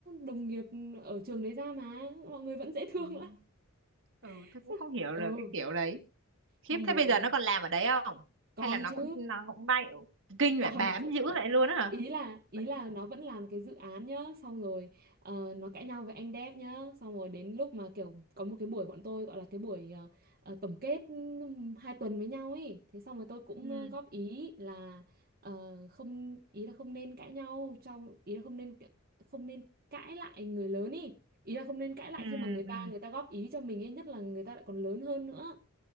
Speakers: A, on the right; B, on the right.
A: đồng nghiệp ở trường đấy ra mà mọi người vẫn
B: <laughs>
A: dễ thương
B: ừ.
A: lắm
B: ừ
A: <laughs>
B: tôi
A: Sao-
B: cũng không hiểu
A: ừ
B: được cái kiểu đấy khiếp
A: xong
B: thế
A: rồi
B: bây giờ nó còn làm ở đấy không
A: còn
B: hay là nó
A: chứ
B: cũng nó cũng bay kinh
A: còn
B: vậy bám
A: <laughs> chứ
B: dữ
A: vẫn
B: vậy luôn á hả
A: ý là ý
B: Vẫn-
A: là nó vẫn làm cái dự án nhá xong rồi ờ, nó cãi nhau với anh dev nhá xong rồi đến lúc mà kiểu có một cái buổi bọn tôi gọi là cái buổi ờ, ờ, tổng kết ừm, hai tuần với nhau ấy thế xong rồi tôi cũng
B: ừ
A: ờ, góp ý là ờ, không ý là không nên cãi nhau trong ý là không nên không nên cãi lại người lớn ý ý là không nên cãi lại
B: ừ
A: khi mà người ta
B: ừ
A: người ta góp ý cho mình ấy nhất là người ta lại còn lớn hơn nữa